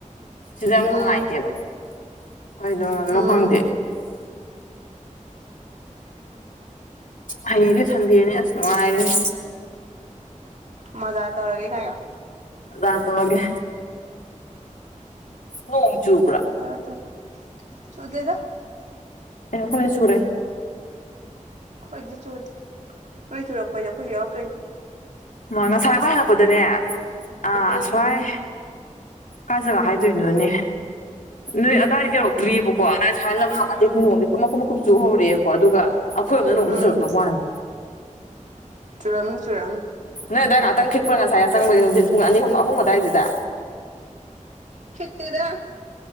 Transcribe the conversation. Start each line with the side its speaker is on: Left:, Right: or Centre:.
Left: ꯁꯤꯗ ꯌꯥꯝ ꯅꯨꯡꯉꯥꯏꯇꯦꯕ
Right: ꯎꯝ
Left: ꯀꯩꯗꯧꯔꯅꯣ
Right: ꯎꯝ
Left: ꯈꯪꯗꯦ ꯍꯌꯦꯡꯗꯤ ꯁꯟꯗꯦꯅꯦ ꯑꯁ ꯅꯨꯡꯉꯥꯏꯔꯦꯍꯦ
Right: ꯃꯖꯥ ꯇꯧꯔꯒꯦ ꯒꯥꯏꯌꯣ
Left: ꯃꯖꯥ ꯇꯧꯔꯒꯦ ꯅꯣꯡ ꯆꯨꯕ꯭ꯔꯣ
Right: ꯇꯥꯗꯦ ꯆꯨꯗꯦꯗ
Left: ꯑꯦ ꯑꯩꯈꯣꯏ ꯆꯨꯔꯦ
Right: ꯑꯩꯈꯣꯏꯗꯤ ꯆꯨꯗꯦ ꯅꯣꯏ ꯆꯨꯔꯛꯄꯩ ꯑꯩꯈꯣꯏꯒꯤ ꯌꯥꯎꯔꯛꯇꯣꯏꯅꯤ
Left: ꯃ ꯉꯁꯥꯏ ꯑꯩꯈꯣꯏ ꯍꯜꯂꯛꯄꯗꯅꯦ ꯑꯥ
Right: ꯎꯝ
Left: ꯑꯁꯋꯥꯏ ꯀꯥꯏ ꯖꯒꯥ ꯍꯥꯏꯗꯣꯏꯅꯣꯅꯦ ꯅꯣꯏ ꯑꯗꯥꯏ ꯌꯧꯔꯛꯇ꯭ꯔꯤꯑꯕꯀꯣ ꯑꯗꯥꯏ ꯍꯥꯏ ꯂꯝ ꯍꯡ ꯃꯇꯦꯛꯇꯤ
Right: ꯎꯝ
Left: ꯅꯣꯡꯖꯦ ꯀ ꯃꯀꯨꯞ ꯃꯀꯨꯞ ꯆꯨꯍꯧꯔꯛꯑꯦꯀꯣ ꯑꯗꯨꯒ ꯑꯈꯣꯏ ꯔꯣꯝꯗꯅ ꯅꯣꯡ ꯑꯝ
Right: ꯎꯝ
Left: ꯆꯨꯔꯝꯗ ꯋꯥꯅꯦ
Right: ꯆꯨꯔꯝꯅꯤ ꯆꯨꯔꯝꯅꯤ
Left: ꯅꯣꯏ ꯑꯗꯋꯥꯏ ꯉꯥꯛꯍꯛꯇꯪ ꯈꯤꯠꯄꯔ ꯉꯁꯥꯏ ꯌꯆꯪꯕꯒꯤ ꯅꯨꯡꯊꯤꯟ ꯄꯨꯡ ꯑꯅꯤ ꯍꯨꯝ ꯑꯍꯨꯝ ꯑꯗꯨꯋꯥꯏꯗꯨꯗ
Right: ꯈꯤꯛꯇꯦꯗ